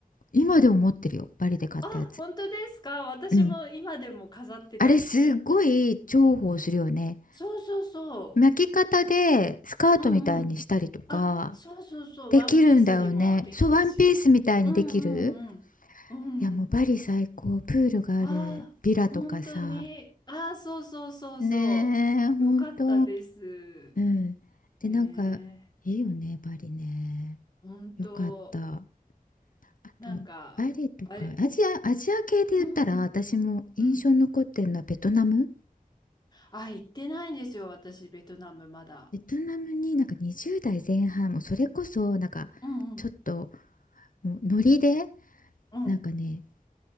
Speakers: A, on the left (about 65°); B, on the left (about 30°).
A: 今でも持ってるよ。バリで買ったやつ。
B: あ本当ですか私も今でも飾ってたりして
A: うん。あれ、すごい重宝するよね。
B: そうそうそう
A: 巻き方でスカートみたいにしたりとか、
B: うんうん。あ、そうそうそう、
A: できるんだよね。
B: ワンピースにもできるし。
A: そう、ワンピースみたいにできる
B: うんうんうん。うんうん。
A: いや、もうバリ最高。プールがあるビラとかさ。
B: ああ、本当に。ああ、そうそうそうそう。
A: ねえ、ほんと。
B: よかったです。
A: うん。で、
B: ね
A: なんか、いいよね、バリね。
B: え。本当、
A: よかった。あと、
B: なんか、
A: バリとか、
B: あれ、
A: アジア、アジア系で言ったら、
B: うん、
A: 私も印象に残ってるのはベトナム。
B: うん。あ、行ってないんですよ、私、ベトナムまだ。
A: ベトナムになんか20代前半、もうそれこそ、なんか、
B: うんうん、
A: ちょっと、もうノリで、
B: うん。
A: なんかね、